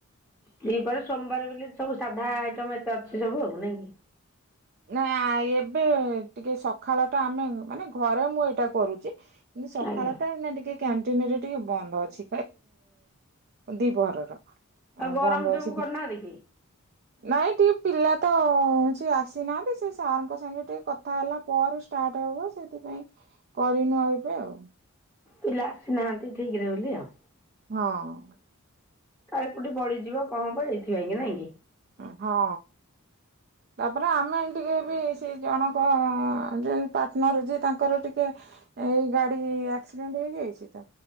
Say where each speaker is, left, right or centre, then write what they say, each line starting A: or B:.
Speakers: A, in the centre; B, on the right.
A: ଦ୍ୱିପହର ସୋମବାର ବୋଲି ସବୁ ସାଧା ଆଇଟମ ଏତେ ଅଛି ସବୁ ଆଉ ନାଇଁ କି।
B: ନାଇ ଏବେ ଟିକେ ସକାଳ ଟା ଆମେ ମାନେ ଘରେ ମୁଁ ଏଇଟା କରୁଛି। କିନ୍ତୁ ସକାଳ
A: ଆଜ୍ଞା
B: ଟା ଏଇନା ଟିକେ କ୍ୟାଣ୍ଟିନରେ ଟିକେ ବନ୍ଦ ଅଛି ଦି ପହର ର। ଆ
A: ଆଉ ଗରମ
B: ବନ୍ଦ
A: ଯୋଗୁଁ
B: ଅଛି
A: କରୁନାହାନ୍ତି କି
B: ନାଇଁ ଟିକେ ପିଲା ତ ହଉଛି ଆସ ନାହାନ୍ତି ସେ ସାରଙ୍କ ସାଙ୍ଗେ ଟିକେ କଥା ହେଲା ପରେ ଷ୍ଟାର୍ଟ ହବ ସେଥିପାଇଁ କରିନୁ ଆଉ ଏବେ ଉ
A: ପିଲା ଆସିନାହାନ୍ତି ଠିକ ରେ ବୋଲି ଆଉ
B: ହଁ।
A: କାଳେ କଉଠି ଗଲିଯିବ କଣ ହବ ଏଇଥିପାଇଁ କି ନାଇଁ କି?
B: ହଁ ତାପରେ ଆମେ ଏ ଟିକେ ବି ସେ ଜଣଙ୍କ ଯେ ପାର୍ଟନର୍ ଅଛି ତାଙ୍କର ଟିକେ ଏଇ ଗାଡି ଆକ୍ସିଡେଣ୍ଟ ହେଇଯାଇଛି ତ।